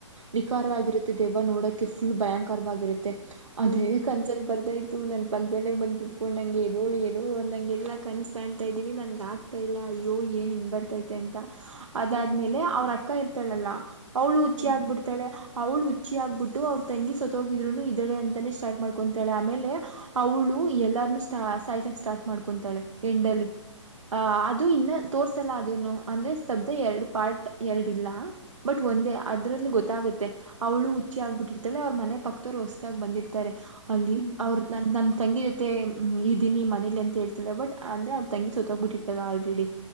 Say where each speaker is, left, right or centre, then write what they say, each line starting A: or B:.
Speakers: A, on the right; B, on the right.
A: ವಿಕಾರವಾಗಿರುತ್ತೆ ದೆವ್ವ ನೋಡಕ್ಕೆ ಫುಲ್ ಭಯಂಕರವಾಗಿರುತ್ತೆ ಅದೇ
B: ಹ್ಮ್
A: ಕನ್ಸಲ್ಲಿ ಬರ್ತಾಯಿತ್ತು ನನ್ನ ಪಕ್ಕದಲ್ಲೇ ಬಂದು ಕುತ್ಕೊಂಡ ಹಂಗೆ ಎದೋಳು ಎದೋಳು ಅಂದಂಗೆಲ್ಲ ಕನ್ಸು ಕಾಣ್ತಾ ಇದ್ದೀನಿ ನನಗೆ ಆಕ ತೈಲ ಅಯ್ಯೋ ಈ ಏನ್ ಹಿಂಗ್ ಬರ್ತೈತೆ ಅಂತ ಅದಾದ್ಮೇಲೆ
B: ಹ್ಮ್ ಹ್ಮ್
A: ಅವ್ರ ಅಕ್ಕ ಇರ್ತಾಳಲ್ಲ ಅವ್ಳು ಹುಚ್ಚಿ
B: ಹ್ಮ್
A: ಆಗ್ಬಿಡ್ತ ಅವಳು ಹುಚ್ಚಿ ಆಗ್ಬಿಟ್ಟು ಅವ್ರು ತಂಗಿ ಸತ್ ಹೋಗಿದ್ರು ಇದ್ದಳೆ ಅಂತಾನೇ ಸ್ಟಾರ್ಟ್ ಮಾಡ್ಕೊತಾಳೆ ಆಮೇಲೆ ಅವಳು ಎಲ್ಲಾರ್ನು ಸ್ಟಾ ಸಾಯ್ಸಾಕ್ ಸ್ಟಾರ್ಟ್ ಮಾಡ್ಕೊತಾಳೆ ಎಂಡ್ ಅಲ್ಲಿ ಅಹ ಅದು ಇನ್ನ ತೋರ್ಸಲ್ಲ ಅದನು ಅಂದ್ರೆ ಸ್ತಬ್ಧ ಎರಡ್ ಪಾರ್ಟ್, ಎರಡ್ ಇಲ್ಲ ಬಟ್ ಒಂದೇ ಅದ್ರಲ್ಲಿ ಗೊತ್ತಾಗುತ್ತೆ ಅವ್ಳು ಹುಚ್ಚಿ ಆಗ್ಬಿಟ್ಟಿತಳೆ ಅವ್ರ ಮನೆ ಪಕ್ತದವರ್ ಹೊಸದಾಗ ಬಂದಿರ್ತಾರೆ ಅಲ್ಲಿ
B: ಹ್ಮ್
A: ಅವ್ರ ನ ನನ್ ತಂಗಿ ಜೊತೆ ಇದ್ದೀನಿ ಮನೇಲಿ ಅಂತ ಹೇಳ್ತಾಲೆ ಬಟ್ ಅಂದ್ರೆ ಅವ್ ತಂಗಿ ಸತೋಗ್ಬಿಟ್ಟಿ ಆಲ್ರೆಡಿ